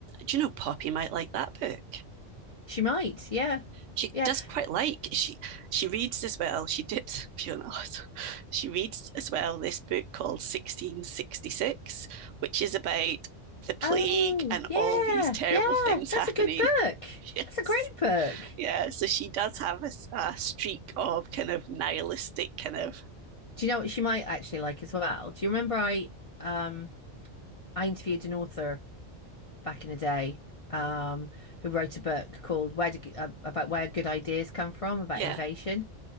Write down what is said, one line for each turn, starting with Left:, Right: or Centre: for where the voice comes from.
Right: Do you know Poppy might like that book.
Left: She might, yeah.
Right: She
Left: Yeah.
Right: does quite like she she reads as well. She dips. <laughs> Fiona, also- she reads as well this book called 1666, which is about the plague
Left: Oh,
Right: and
Left: yeah,
Right: all these terrible
Left: yeah.
Right: things
Left: That's
Right: happening.
Left: a good book.
Right: <laughs> Yes,
Left: That's a great book.
Right: yeah. So she does have a a streak of kind of nihilistic kind of
Left: Do you know what she might actually like as well? Do you remember I um I interviewed an author back in the day um who wrote a book called Where Do, G- uh, about where good ideas come from about
Right: Yeah,
Left: innovation.